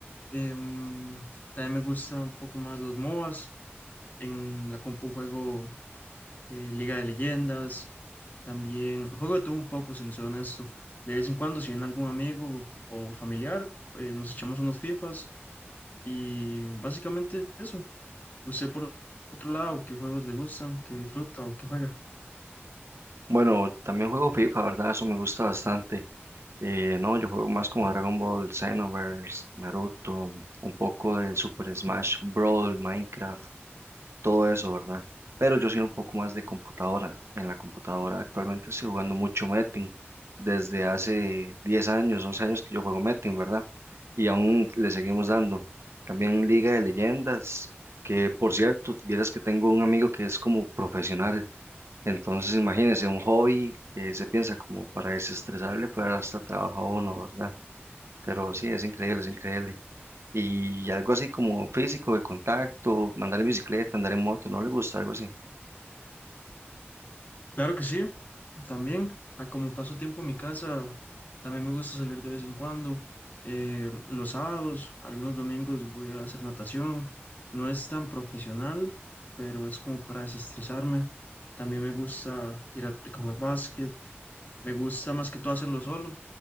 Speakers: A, on the left (about 45°); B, on the right (about 80°).
A: Em, también me gustan un poco más los MOBAs. En la compu juego eh, Liga de Leyendas. También juego de todo un poco, si les soy honesto. De vez en cuando, si viene algún amigo o familiar, eh, nos echamos unos FIFAs y básicamente eso. ¿Usted por otro lado qué juegos le gustan, qué disfruta o qué juega?
B: Bueno, también juego FIFA, ¿verdad? Eso me gusta bastante. Eh, no, yo juego más como Dragon Ball, Xenoverse, Naruto, un poco de Super Smash Brawl, Minecraft. todo eso, ¿verdad? Pero yo soy un poco más de computadora. En la computadora actualmente estoy jugando mucho Metin, desde hace 10 años, 11 años que yo juego Metin, ¿verdad? Y aún le seguimos dando. También Liga de Leyendas, que por cierto, vieras que tengo un amigo que es como profesional, entonces imagínense, un hobby que se piensa como para desestresarle, pues hasta trabaja uno, ¿verdad? Pero sí, es increíble, es increíble. Y algo así como físico, de contacto, andar en bicicleta, andar en moto, ¿no le gusta algo así?
A: Claro que sí, también, a como paso tiempo en mi casa, también me gusta salir de vez en cuando. eh, los sábados, algunos domingos voy a hacer natación. No es tan profesional, pero es como para desestresarme. También me gusta ir al parque a jugar básquet. Me gusta más que todo hacerlo solo.